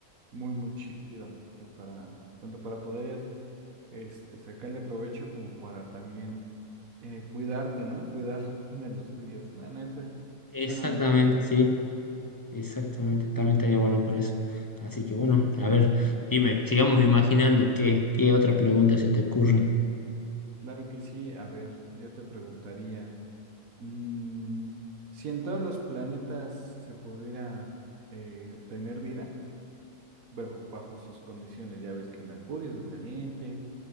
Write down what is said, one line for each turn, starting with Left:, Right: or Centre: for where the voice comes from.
Right: muy, muy chido. o sea, Para, tanto para poder este, sacarle provecho como para también eh, cuidarte, ¿no? Y cuidar <laughs> de los tuyos. No, la neta,
Left: Exactamente,
Right: suena muy cool.
Left: sí, exactamente. También estaría bueno por eso. Así que bueno, a ver, dime, sigamos imaginando qué, qué otra pregunta se te ocurre.
Right: Claro que sí. A ver, yo te preguntaría. Mm, si en todos los planetas se pudiera eh, tener vida, bajo, bajo sus condiciones, ya ves que Mercurio es muy caliente,